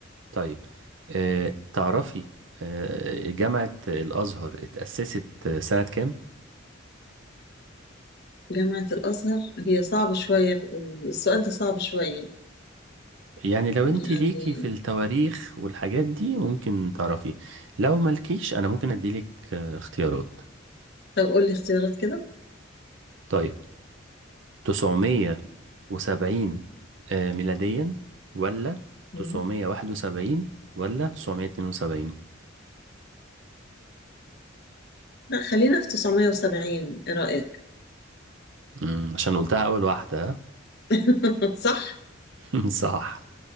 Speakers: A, on the right; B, on the left.
A: طيب آه تعرفي آه جامعه الازهر اتاسست سنه كام
B: جامعة الأزهر هي صعبة شوية السؤال ده صعب شوية
A: يعني لو انت
B: يعني
A: ليكي في التواريخ والحاجات دي ممكن تعرفي لو مالكيش انا ممكن اديلك آه، اختيارات
B: طب قول لي اختيارات كده
A: طيب تسعمية وسبعين آه، ميلاديا ولا
B: مم.
A: تسعمية واحد وسبعين ولا تسعمية اتنين وسبعين
B: لا خلينا في 970 ايه رأيك
A: امم عشان قلتها أول واحدة ها؟
B: <laughs> صح
A: <laughs> صح